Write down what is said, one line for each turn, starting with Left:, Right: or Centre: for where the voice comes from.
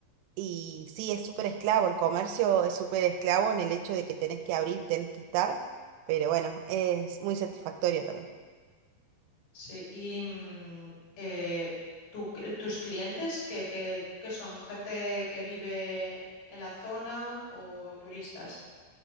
Right: Y sí, es súper esclavo. El comercio es súper esclavo en el hecho de que tenés que abrir, tenés que estar. Pero bueno, es muy satisfactorio también.
Left: Sí, y mm, eh, tú- tus clientes, que, que, que son gente que vive en la zona o turistas.